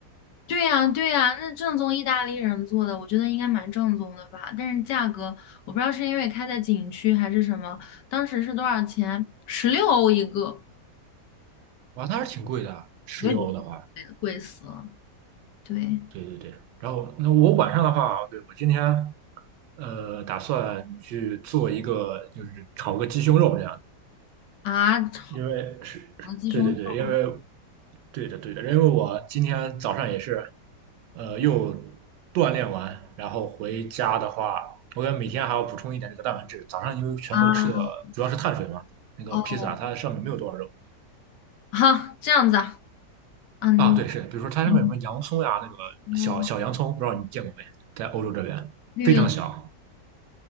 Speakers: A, on the left (about 80°); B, on the right (about 80°).
A: 对呀，对呀，那正宗意大利人做的，我觉得应该蛮正宗的吧。但是价格，我不知道是因为开在景区还是什么，当时是多少钱？十六欧一个。
B: 哇，那还是挺贵的，十六欧的话，
A: 我也觉得贵的贵死了。对
B: 对对对。然后那我晚上的话，对我今天呃打算去做一个，就是炒个鸡胸肉这样的
A: 啊，炒
B: 因为是是对对对，
A: 鸡胸肉
B: 因为对的对的，因为我今天早上也是呃，又锻炼完，然后回家的话，我感觉每天还要补充一点这个蛋白质。早上因为全都吃的主要是碳水嘛，
A: 啊，
B: 那个披萨它上面没有多少肉
A: 哦，哈，这样子啊，啊，你
B: 啊，对，是，比如说它上面有什么洋葱呀，
A: 你
B: 那个小小洋葱，
A: 说
B: 不知道你见过没，在欧洲这边非常小。
A: 绿了，